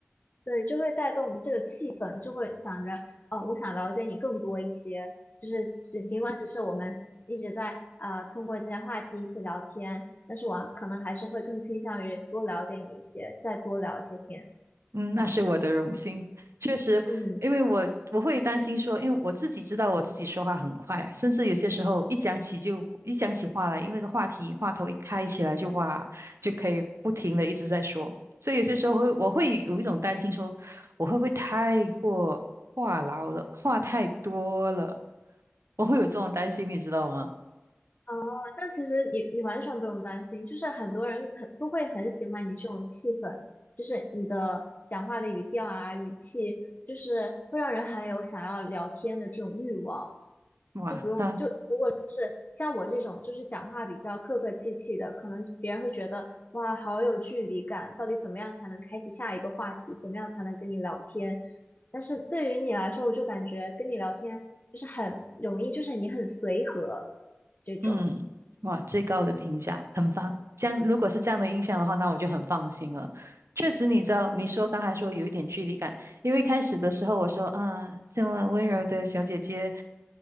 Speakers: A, on the left; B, on the right.
A: 对，就会带动这个气氛，就会想着，哦，我想了解你更多一些，就是尽尽管只是我们一直在啊、通过这些话题一起聊天，但是我可能还是会更倾向于多了解你一些，再多聊一些天，
B: 嗯，
A: 这样子。
B: 那是我的荣幸。确实，
A: 嗯，
B: 因为我我会担心说，因为我自己知道我自己说话很快，甚至有些时候一讲起就一讲起话来，因为那个话题话头一开起来就哇，就可以不停的一直在说。所以有些时候会我会有一种担心说，我会不会太过话痨了，话太多了，我会有这种担心，你知道吗？
A: 哦，但其实你你完全不用担心，就是很多人很都会很喜欢你这种气氛，就是你的讲话的语调啊、语气，就是会让人很有想要聊天的这种欲望。
B: 哇，
A: 就不用就
B: 那
A: 像我这种就是讲话比较客客气气的，可能别人会觉得哇，好有距离感，到底怎么样才能开启下一个话题？怎么样才能跟你聊天？但是对于你来说，我就感觉跟你聊天就是很容易，就是你很随和这种。
B: 嗯，哇，最高的评价，很棒。这样，如果是这样的印象的话，那我就很放心了。确实，你知道，你说刚才说有一点距离感，因为一开始的时候我说啊，这么温柔的小姐姐，